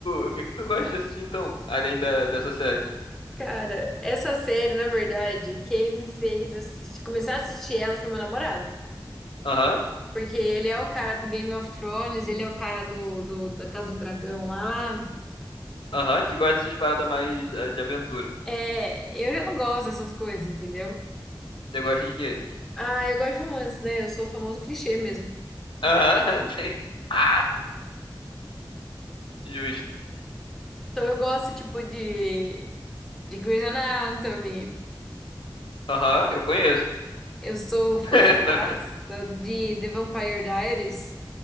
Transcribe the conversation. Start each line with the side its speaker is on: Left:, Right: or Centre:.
Left: O que que tu gosta de assistir, então? Além da, dessa série?
Centre: Cara, essa série, na verdade, quem me fez assistir, começar a assistir ela foi meu namorado.
Left: Aham,
Centre: Porque ele é o cara do Game of Thrones, ele é o cara do, do- da Casa do Dragão lá.
Left: aham. tu gosta dessas paradas mais eh, de aventura.
Centre: É, eu já não gosto dessas coisas, entendeu?
Left: Você gosta de quê?
Centre: Ah, eu gosto de romance, né? Eu sou o famoso clichê mesmo.
Left: Aham, <laughs> sim. Ah, justo.
Centre: Então eu gosto, tipo, de, de Grey's Anatomy.
Left: Aham, eu conheço.
Centre: Eu sou fãzaça
Left: <laughs> Tá vendo?
Centre: de The Vampire Diaries.